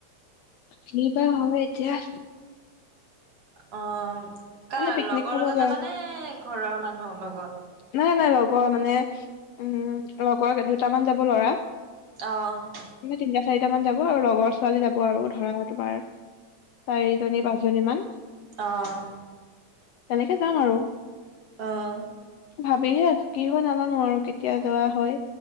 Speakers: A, on the left; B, on the right.
A: <inaudible>
B: অ', কাৰ
A: মানে পিকনিক
B: লগৰ
A: খাব
B: লগত
A: যোৱা
B: যাবানে? ঘৰৰ মানুহৰ লগত!
A: নাই নাই লগৰ মানে উম লগৰ দুটামান যাব ল'ৰা!
B: অ'
A: তিনিটা চাৰিটা মান যাব আৰু লগৰ ছোৱালী যাব আৰু ধৰা তোমাৰ? চাৰিজনী পাঁচজনী মান।
B: অ'
A: তেনেকে যাম আৰু।
B: অ'
A: ভাবিহে আছো! কি হয় নাজানো আৰু কেতিয়া যোৱা হয়?